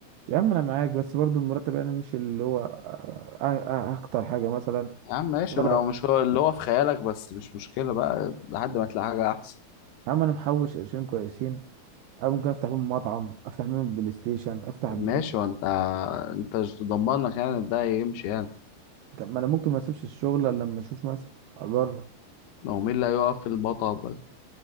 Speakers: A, on the right; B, on the left.
A: يا عم انا معاك بس برضو المرتب انا مش اللي هو أ- أ- اكتر حاجه مثلا
B: يا عم ماشي
A: ولا
B: ما هو مش هو اللي هو في خيالك بس مش مشكلة بقى لحد ما تلاقي حاجة احسن
A: يا عم انا محوش قرشين كويسين أنا ممكن أفتح بيهم مطعم أفتح بيهم بلاي ستيشن أفتح
B: طب
A: بيهم
B: ماشي وانت انت مش ضمنك يعني إن ده يمشي يعني
A: ما أنا ممكن ما أسيبش الشغل إلا لما أشوف مثلا أجرب
B: ما هو مين اللي هيقف في المطب